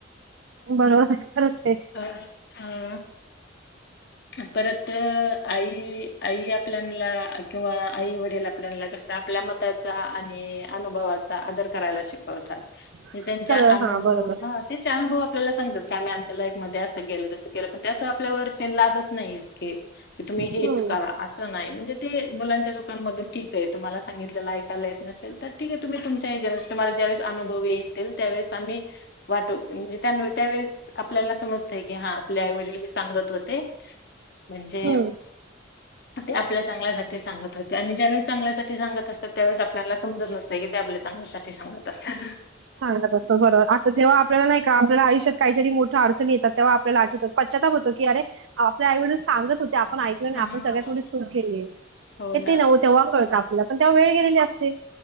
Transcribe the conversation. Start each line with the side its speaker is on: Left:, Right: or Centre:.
Right: बरोबर खरंच
Left: ह, हम्म परत, आई आई आपल्यानला किंवा आई वडील आपल्यानला कस आपल्या मताचा आणि अनुभवाचा आदर करायला शिक होता
Right: आहे
Left: त्यांचा अनुभव
Right: हा बरोबर
Left: हा त्यांच अनुभव आपल्याला सांगतात कि आम्ही आमच्य लाईफ मध्ये असं गेलं तस के पण त्यां आपल्यावर ते लादत नाहीत कि ते तुम्ही
Right: हम्म
Left: हेच करा असं नाही म्हणजे ते मुलांच्या धोकानमधून ठीक आहे तुम्हाला सांगितलं ऐयला येत नसेल तर ठीक हाय तुम्ही तुमच्या ह्याच्यावेळेस तुम्हाला ज्यावेळेस अनुभव येतील त्यावेळेस आम्ही वाटो म्हणजे त्या त्यावेळेस आपल्याला समजते की हा आपले आईवडील मी सांगत होते म्हणजे
Right: हम्
Left: ते आपल्या चांगल्यासाठी सांगत होते चागल्यासाठी सांगत असतात त्यावेळेस आपल्याला समजत नसते की ते आपल्या चांगल्या साठी सांगत असताना
Right: सांगलं तसं बरोबर आता तेव्हा आपल्याला नाही का आपल्याला आयुष्यात काहीतरी मो अडचणी येतात तेव्हा आपल्या आठवत पच्चाताप होतो की अरे आपले आईवडीलड सांगत होते आपण ऐकलं नाही
Left: हां.
Right: आपण सगळ्यात मोठी चूक केली आहे
Left: हो
Right: हे
Left: ना.
Right: ते नव तेव्हा कळत पण तेव्हा वेळ गेलेली असते